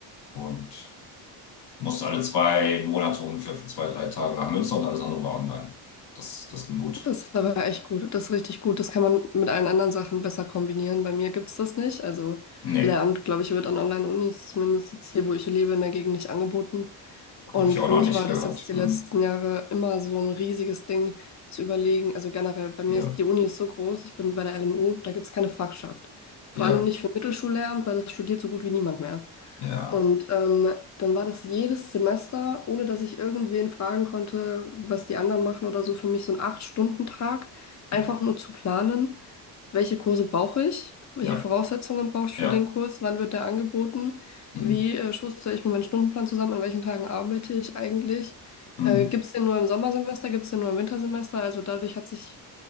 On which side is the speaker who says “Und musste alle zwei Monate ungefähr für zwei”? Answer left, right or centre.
Left